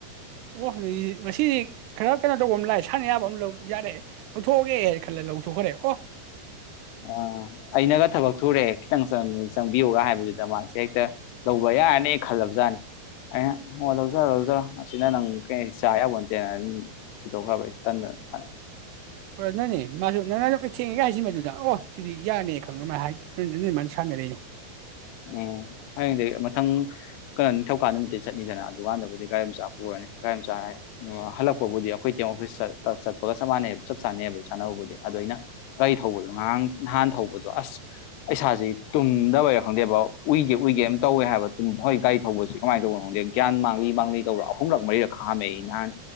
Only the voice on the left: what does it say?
ꯑ ꯑꯩꯅꯒ ꯊꯕꯛ ꯊꯨꯔꯑꯦ ꯈꯤꯇꯪ ꯆꯪꯕꯤꯌꯨꯒ ꯍꯥꯏꯕꯗꯨꯗ ꯃꯥꯁꯦ ꯍꯦꯛꯇ ꯂꯧꯕ ꯌꯥꯔꯅꯦ ꯈꯜꯂꯕ ꯖꯥꯠꯅꯤ ꯑꯩꯅ ꯑꯣ ꯂꯧꯖꯔꯣ ꯂꯧꯖꯔꯣ ꯑꯁꯤꯅ ꯅꯪ ꯀꯩ ꯆꯥ ꯌꯥꯕꯠꯇꯦꯅ ꯄꯤꯊꯣꯛꯈ꯭ꯔꯕ ꯑꯩ ꯀ
ꯎꯝ ꯍꯌꯦꯡꯗꯤ ꯃꯊꯪ ꯀꯩꯅꯣ ꯅꯤꯡꯊꯧꯀꯥ ꯅꯨꯃꯤꯠꯇꯤ ꯆꯠꯅꯤꯗꯅ ꯑꯗꯨꯀꯥꯟꯗꯕꯨꯗꯤ ꯒꯥꯔꯤ ꯃꯆꯥ ꯄꯨꯔꯅꯤ ꯒꯥꯔꯤ ꯃꯆꯥ ꯍꯜꯂꯛꯄꯕꯨꯗꯤ ꯑꯩꯈꯣꯏ ꯇꯦꯝ ꯑꯣꯐꯤꯁ ꯆꯠꯄꯒ ꯆꯞ ꯃꯥꯟꯅꯩ ꯆꯞ ꯆꯥꯟꯅꯩꯑꯕ ꯁꯥꯟꯅꯕꯕꯨꯗꯤ ꯑꯗꯣ ꯑꯩꯅ ꯒꯥꯔꯤ ꯊꯧꯕꯗꯣ ꯉꯔꯥꯡ ꯅꯍꯥꯟ ꯊꯧꯕꯗꯣ ꯑꯁ ꯄꯩꯁꯥꯁꯤ ꯇꯨꯝꯗꯕ ꯈꯪꯗꯦꯕ ꯎꯏꯒꯦ ꯎꯏꯒꯦ ꯑꯃ ꯇꯧꯋꯦ ꯍꯥꯏꯕ ꯍꯣꯏ ꯒꯥꯔꯤ ꯊꯧꯕꯁꯤꯦ ꯀꯃꯥꯏꯅ ꯇꯧꯕꯅꯣ ꯈꯪꯗꯦ ꯒ꯭ꯌꯥꯟ ꯃꯥꯡꯂꯤ ꯃꯥꯡꯂꯤ ꯇꯧꯕ ꯑꯍꯨꯝꯂꯛ ꯃꯔꯤꯔꯛ ꯈꯥꯝꯃꯦꯏ ꯅꯍꯥꯟ